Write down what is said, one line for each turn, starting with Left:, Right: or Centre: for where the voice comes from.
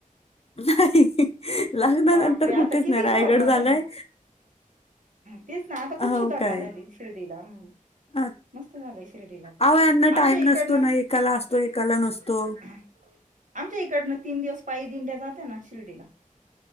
Left: नाही. लग्नानंतर
Right: बापरे आता
Left: कुठेच
Right: किती
Left: नाही, रायगड
Right: सुधारणा
Left: झालाय
Right: झाली तेच ना आता खूप
Left: हो
Right: सुधारणा
Left: काय
Right: झाली शिर्डीला. हम
Left: हा
Right: मस्त झालंय शिर्डीला
Left: अहो यांना
Right: आमच्या
Left: टाइम
Right: इकडनं
Left: नसतो ना
Right: एकाला
Left: असतो नसतो
Right: असतो एकाला नसतो. आमच्या इकडन तीन दिवस पायी दिंड्या जात्या ना शिर्डीला.